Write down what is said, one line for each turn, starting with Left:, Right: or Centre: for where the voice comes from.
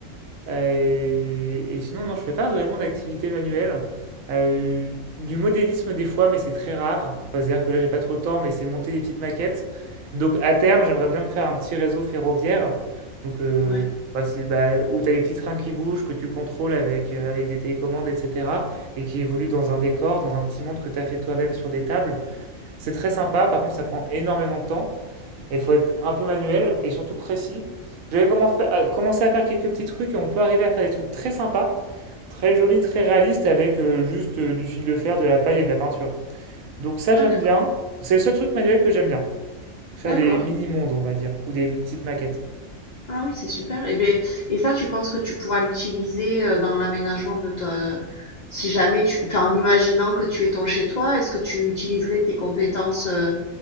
Right: Euh, et sinon, non, je fais pas vraiment d'activité manuelle. Euh, du modélisme des fois, mais c'est très rare. Enfin, c'est-à-dire que là, j'ai pas trop le temps, mais c'est monter des petites maquettes. Donc à terme,
Left: d'accord.
Right: j'aimerais bien me faire un petit réseau ferroviaire. Donc euh,
Left: Ouais,
Right: bah, c'est, bah, où tu as des petits trains qui bougent, que tu contrôles avec, euh, avec des télécommandes, etc. Et qui évoluent dans un décor, dans un petit monde que tu as fait toi-même sur des tables. C'est très sympa, par contre ça prend énormément de temps. Il faut être un peu manuel et surtout précis. J'avais commencé à faire quelques petits trucs et on peut arriver à faire des trucs très sympas, très jolis, très réalistes avec euh, juste euh, du fil de fer, de la paille et de la peinture. Donc ça
Left: ouais,
Right: j'aime
Left: d'accord,
Right: bien. C'est le seul truc manuel que j'aime bien. Faire
Left: d'accord.
Right: des mini-mondes, on va dire, ou des petites maquettes.
Left: Ah oui, c'est super. Et ben, et ça, tu penses que tu pourras l'utiliser euh, dans l'aménagement de ta, si jamais tu, enfin, en imaginant que tu es ton chez toi, est-ce que tu utiliserais tes compétences euh,